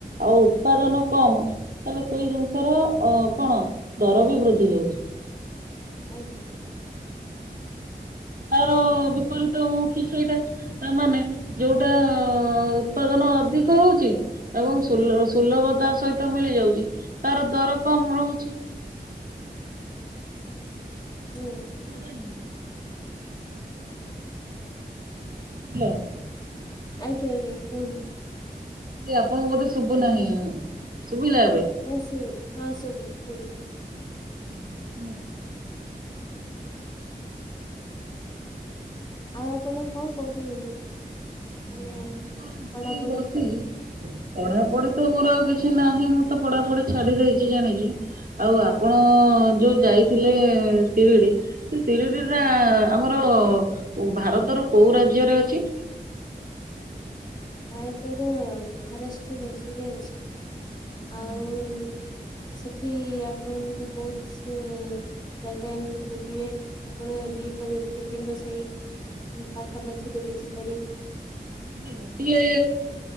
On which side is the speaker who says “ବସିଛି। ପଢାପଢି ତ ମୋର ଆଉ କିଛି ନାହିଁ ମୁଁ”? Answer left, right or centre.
Right